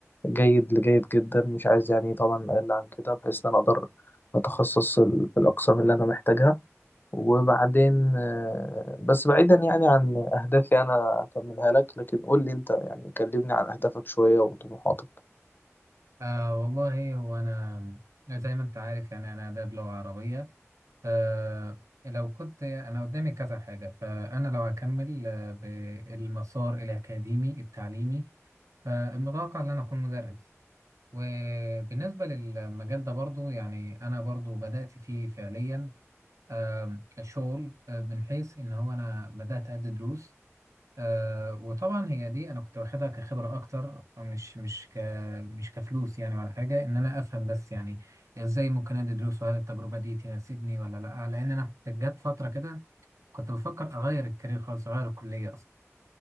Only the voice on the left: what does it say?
جيد لجيد جدا مش عايز يعني طبعا اقل عن كده بحيث ان انا اقدر اتخصص ال- في الاقسام اللي انا محتاجها وبعدين آه، بس بعيدا يعني عن اهدافي انا هكملها لك لكن قول لي انت يعني كلمني عن اهدافك شوية وطموحاتك